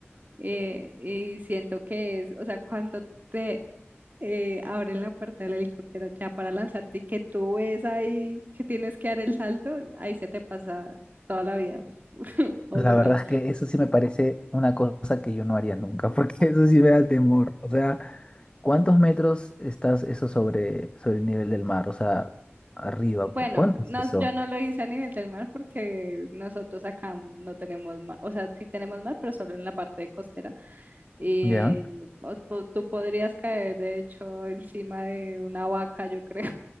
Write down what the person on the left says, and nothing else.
la
verdad es que eso sí me parece una cosa que yo no haría nunca, <laughs> porque eso sí me da temor. O sea, ¿cuántos metros estás eso sobre, sobre el nivel del mar? O sea, arriba, ¿cu-
¿cuánto
es eso?
¿Ya?